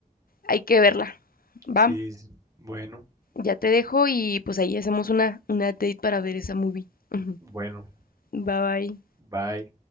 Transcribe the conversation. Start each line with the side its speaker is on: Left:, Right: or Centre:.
Left: hay que verla. Va,
Right: sí, bueno,
Left: ya te dejo y pues ahí hacemos una, una date para ver esa movie. Ujú.
Right: bueno,
Left: Bye bye.
Right: bye.